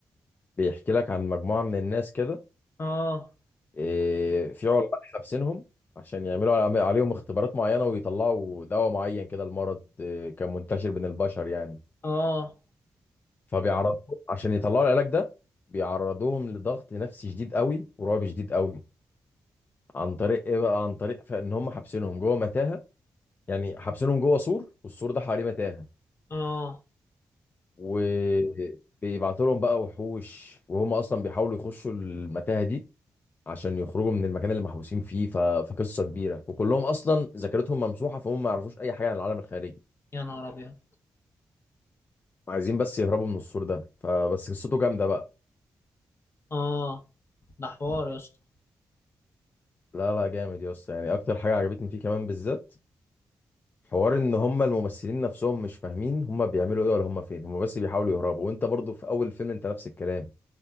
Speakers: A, on the left (about 40°); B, on the left (about 55°).
A: بيحكي لك عن مجموعه من الناس كده
B: اه
A: إيه، في علماء حابسينهم عشان يعملوا على- عليهم اختبارات معينه ويطلعوا دواء معين كده المرض إيه، كان منتشر بين البشر يعني
B: اه
A: فبيعرضوهم عشان يطلعوا العلاج ده بيعرضوهم لضغط نفسي شديد قوي ورعب شديد قوي عن طريق ايه بقى عن طريق فان هم حابسينهم جوه متاهه يعني حابسينهم جوه سور والسور ده حواليه متاهه
B: اه
A: وبيبعتوا لهم بقى وحوش وهم اصلا بيحاولوا يخشوا المتاهه دي عشان يخرجوا من المكان اللي محبوسين فيه ف... فقصه كبيره وكلهم اصلا ذاكرتهم ممسوحه فهم ما يعرفوش اي حاجه عن العالم الخارجي
B: يا نهار ابيض
A: عايزين بس يهربوا من السور ده فبس قصته جامده بقى
B: اه ده حوار يا اسطى
A: لا لا جامد يا اسطى يعني اكتر حاجه عجبتني فيه كمان بالذات حوار ان هم الممثلين نفسهم مش فاهمين هم بيعملوا ايه ولا هم فين هم بس بيحاولوا يهربوا وانت برضو في اول فيلم انت نفس الكلام